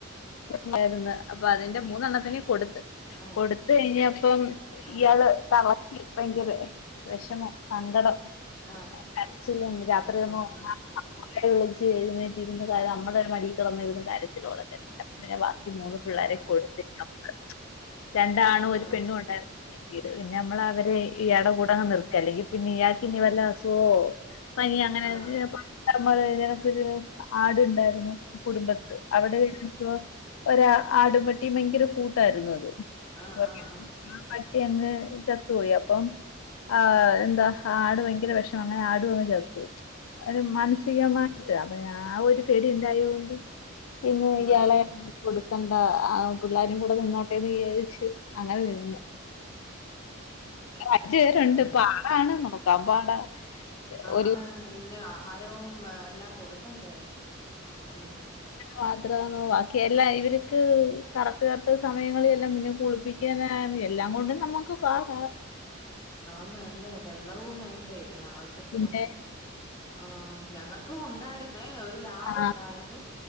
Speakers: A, on the left; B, on the left.
A: വിട്ടേര്ന്ന് അപ്പ അതിന്റ മൂന്നെണ്ണത്തിനേം കൊട്ത്ത്
B: ആ
A: കൊട്ത്തെയ്ഞ്ഞപ്പം
B: ആ
A: ഇയാള്
B: ആ
A: തള ക്ക്‌ ഭയങ്കരെ വെഷമം സങ്കടം
B: ആ
A: അ കരച്ചിലും രാത്രിഒന്നും
B: ആ ആ ആ
A: ഒറങ്ങാ- അമ്മുമ്മേ വിളിച്ച് എഴ്‌ന്നേറ്റിര്ന്ന് കരയ നമ്മടെ ഒര് മടിക്കെടന്ന് ഇരുന്ന് കരച്ചില്ലോട കരച്ചില്. പിനെ വാക്കി മൂന്ന് പിള്ളേരെ
B: ആ ആ
A: കൊടുത്തിട്ടവക്ക് രണ്ടാണും ഒര്
B: ആ
A: പെണ്ണുണ്ടായ്ര് ക്കിത് പിനമ്മളവരെ ഇയാടെ കൂടങ്ങ് നിർത്തി അല്ലെങ്കി പിനെ ഇയാക്ക് ഇനി വെല്ല അസുഗോ പനി അങ്ങനെന്ത്
B: ആ ആ ആ
A: പണ്ട് നമ്മള് ഇതേകണക്കൊരു ആട്ണ്ടാര്ന്നു കുടുംബ ത്ത് അവടേയ്ര്ന്നപ്പോ ഒര് ആടും പെട്ടി ഭയങ്കര കൂട്ടാര്ന്നു അത്.
B: ആ ആ
A: <unintelligible>
B: ആ
A: പട്ടി അങ്ങ് ചത്തുപോയൊ അപ്പം ആ അ് എന്താ ആട് ഭയങ്കര വെഷമ അങ്ങനെ ആടും അങ്ങ് ചത്തു. ഒര് മാനസികമായ്ട്ട് അപ ഞാ ഒര് പേടി ഇണ്ടായൊണ്ട് പിനെ
B: ആ
A: ഇയാളെ കൊട്ക്കണ്ട ആ അ പിള്ളാരും കൂടെ നിന്നോട്ടേന്ന് വിജാരിച്ച് അങ്ങനെ നിന്നു അഞ്ച് പേരുണ്ട്
B: ആ
A: പ്പ ആടാണ് ന്നോക്കാ പാടാ ഒരു
B: ആണ് അയ്ന്പിനെ ആഹാരോം വേ എല്ലാം കൊട്ക്കണ്ടേ ഉം.
A: മാത്രാന്നോ വാക്കി എല്ലാ ഇവ്ര്ക്ക് കറക്റ്റ് കറക്റ്റ് സമയങ്ങളിലെല്ലാം മുനെ കുളിപ്പി ക്കനായാലും എല്ലാം കൊണ്ടും നമ്മക്ക് പാടാ.
B: ആന്നല്ലേ വെള്ളവും വേണ്ടേ അയ്നാവശ്യത്തിന്.
A: പിന്നെ
B: ആഹ് ഞങ്ങക്കു ഉണ്ടാര്ന്നേ ഒര് ലാബുണ്ടാര്ന്നു
A: ആ